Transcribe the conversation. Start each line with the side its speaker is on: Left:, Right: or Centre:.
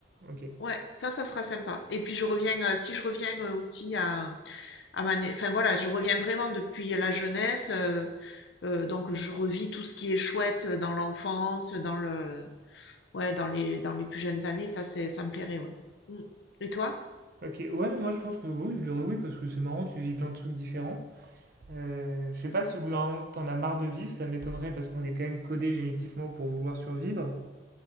Right: Ok.
Left: Ouais, ça, ça sera sympa. Et puis je reviens, euh, si je reviens euh, aussi à, à ma, né- enfin voilà, je reviens vraiment depuis la jeunesse, euh, euh, donc je revis tout ce qui est chouette euh, dans l'enfance, dans le, ouais, dans les, dans les plus jeunes années, ça c'est, ça me plairait, ouais. Mm. Et toi?
Right: Ok, ouais, moi je pense que oui, je dirais oui parce que c'est marrant, tu vis plein de trucs différents. Euh, je sais pas si au bout d'un moment t'en as marre de vivre, ça m'étonnerait parce qu'on est quand même codé génétiquement pour vouloir survivre.